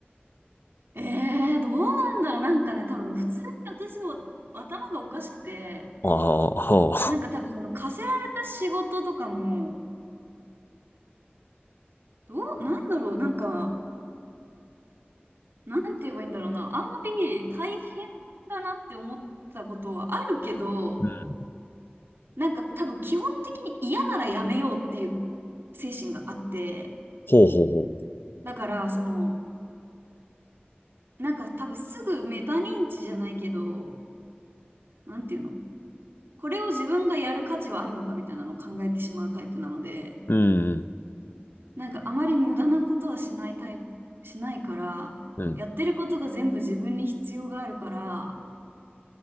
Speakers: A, on the right; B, on the left.
A: えー、どうなんだろう。なんかね、多分普通に私の頭がおかしくて、
B: ああ、は
A: なんか多分その課せられた仕事とかも、どう、なんだろう。なんかなんて言えばいいんだろうな。あんまり大変だなって思ったことはあるけど、
B: うん
A: なんか多分基本的に嫌ならやめようっていう精神があって、
B: ほうほうほ
A: だからその、なんか多分すぐメタ認知じゃないけど、なんていうのこれを自分がやる価値はあるのかみたいなのを考えてしまうタイプなので、
B: う。うんうん
A: なんかあまり無駄なことはしないタイプ、しないから、
B: うん。
A: やってることが全部自分に必要があるから、